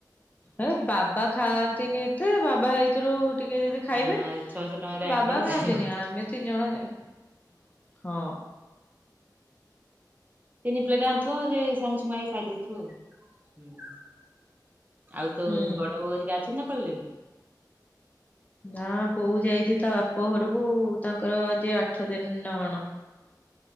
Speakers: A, on the left; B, on the right.
A: ଏ ବାବା ଖାଆନ୍ତିନି ଏତେ ବାବା ହେଇ ଥିରୁ ଟିକେ ଯଦି
B: ଆଁ
A: ଖାଇବେ
B: ଛଅଶହ ଟଙ୍କାରେ ଆଣିବୁ
A: ବାବା
B: ଖାଇବ
A: ଖାଆନ୍ତିନି। ଆମେ ତିନି ଜଣ ଯାକ ହଁ।
B: ତିନି ପ୍ଲେଟ ଆଣୁଥିବ ସେଇ ସାଙ୍ଗସୁଙ୍ଗା ହେଇ ଖାଇଦଉଥିବ ଆଉ। ଆଉ ତ
A: ହୁଁ।
B: ବଡ ବୋଉ ହେରିକା ଅଛନ୍ତି ନା ପଳିଲେଣି?
A: ନା ବୋଉ ଯାଇଛି ତା ବାପ ଘରକୁ ତାଙ୍କର ଆଜି ଆଠ ଦିନ ନା କଣ।